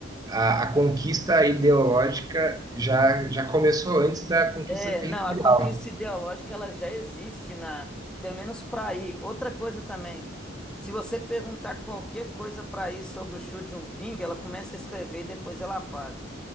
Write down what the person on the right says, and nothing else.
a, a conquista ideológica já, já começou antes da conquista
territorial.